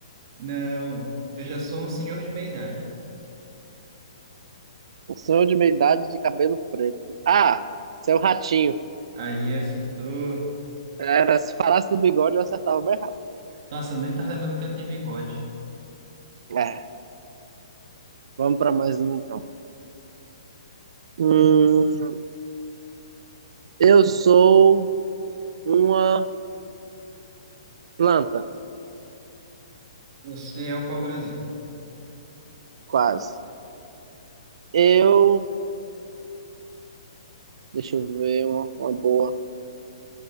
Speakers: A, on the right (about 45°); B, on the right (about 60°).
A: Não, eu já sou um senhor de meia idade.
B: Um senhor de meia idade de cabelo preto. Ah, você é o Ratinho.
A: Aí acertou.
B: Era, se falasse do bigode, eu acertava bem rápido.
A: Nossa, eu nem tava lembrando que ele tem bigode.
B: É, vamos para mais um então. Hum, eu sou uma planta,
A: Você é o pau-brasil.
B: quase. Eu. Deixa eu ver uma, uma boa.